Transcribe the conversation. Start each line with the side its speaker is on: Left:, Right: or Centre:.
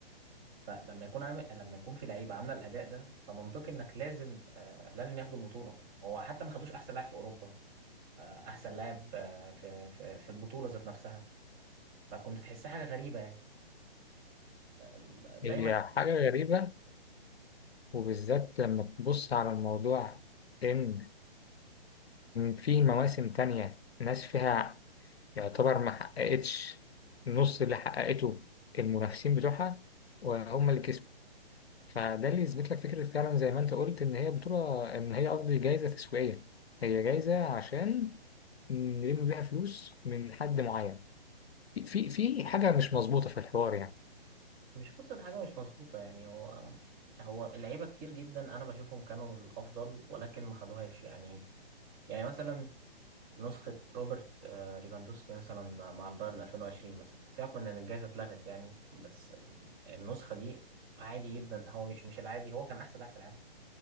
Right: فلما يكون عامل لما يكون في لعيبه عامله الاداء ده فمنطقي انك لازم آه لازم ياخدوا البطوله هو حتى ما خدوش احسن لاعب في اوروبا آه احسن لاعب آه في, في في البطوله ذات نفسها فكنت تحسها حاجه غريبه يعني آم، دايما
Left: هي حاجة غريبة وبالذات لما تبص على الموضوع إن في مواسم تانية ناس فيها يعتبر ما حققتش نص اللي حققته المنافسين بتوعها وهم اللي كسبوا فده اللي يثبت لك فكرة فعلا زي ما أنت قلت إن هي بطولة إن هي قصدي جايزة تسويقية هي جايزة عشان نلم بيها فلوس من حد معين في في في حاجة مش مظبوطة في الحوار يعني
Right: مش قصه حاجه مش مظبوطه يعني هو هو اللعيبه كتير جدا انا بشوفهم كانوا الافضل ولكن ما خدوهاش يعني يعني مثلا نسخة روبرت آه، ليفاندوسكي مثلا مع البايرن 2020 مثلا سيبك من إن الجائزة اتلغت يعني بس آه، النسخة دي عادي جدا هو مش مش العادي هو كان أحسن لاعب في العالم